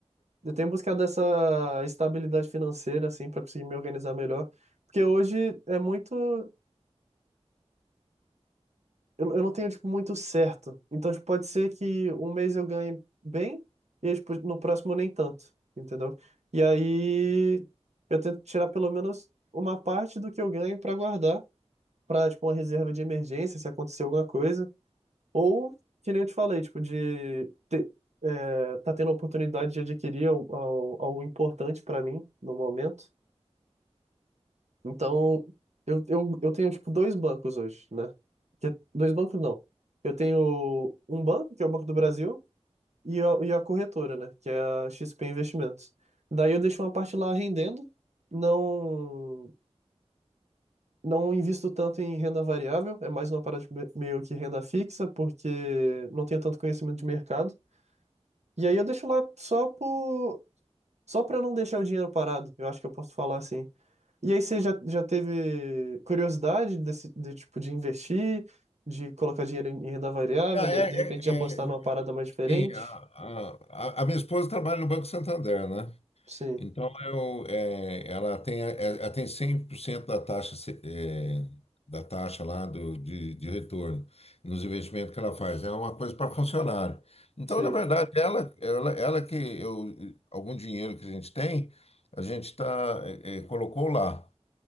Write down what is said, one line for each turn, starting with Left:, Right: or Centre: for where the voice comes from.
Right: Eu tenho buscado essa estabilidade financeira, assim, para conseguir me organizar melhor, porque hoje é muito. Eu, eu não tenho, tipo, muito certo. Então, tipo, pode ser que um mês eu ganhe bem e, aí, tipo, no próximo nem tanto, entendeu? E aí eu tento tirar pelo menos uma parte do que eu ganho para guardar, para, tipo, uma reserva de emergência, se acontecer alguma coisa. Ou, que nem eu te falei, tipo, de ter, é, tá tendo a oportunidade de adquirir al- al- algo importante para mim no momento. Então, eu, eu, eu tenho, tipo, dois bancos hoje, né? Que- é, dois bancos não. Eu tenho um banco, que é o Banco do Brasil, e a, e a corretora, né? Que é a XP Investimentos. Daí eu deixo uma parte lá rendendo, não, não invisto tanto em renda variável, é mais uma parada de me- meio que renda fixa, porque não tenho tanto conhecimento de mercado. E aí eu deixo lá só por... só para não deixar o dinheiro parado. Eu acho que eu posso falar assim. E aí você já, já teve curiosidade desse de, tipo de investir, de colocar dinheiro em em renda variável,
Left: É,
Right: de, de repente de apostar
Left: é,
Right: numa
Left: é,
Right: parada mais diferente?
Left: Sim, a, a, a a minha esposa trabalha no Banco Santander, né?
Right: Sim,
Left: Então, eu, é, ela tem, é, ela tem 100% da taxa, se- é, da taxa lá do, de, de retorno nos investimentos que ela faz. É uma coisa para funcionário. Então,
Right: sim,
Left: na verdade, ela, ela, ela que eu, algum dinheiro que a gente tem, a gente tá, é, é, colocou lá.